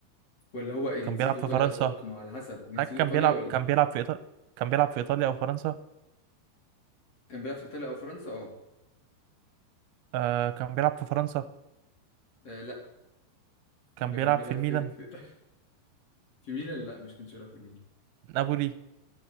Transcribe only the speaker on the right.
كان بيلعب
في فرنسا
لا كان
بيلعب
كان بيلعب في إيطاليا كان بيلعب في إيطاليا أو فرنسا
آه كان بيلعب في فرنسا
كان
بيلعب
في الميلان
نابولي